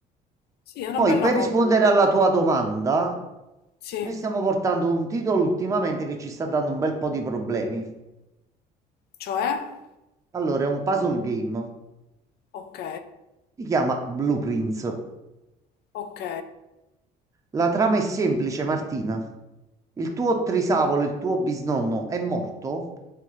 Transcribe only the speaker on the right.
Poi,
per
rispondere alla tua domanda,
noi stiamo portando un titolo ultimamente che ci sta dando un bel po' di problemi.
Allora, è un puzzle game,
si chiama Blueprints.
La trama è semplice, Martina. Il tuo trisavolo, il tuo bisnonno è morto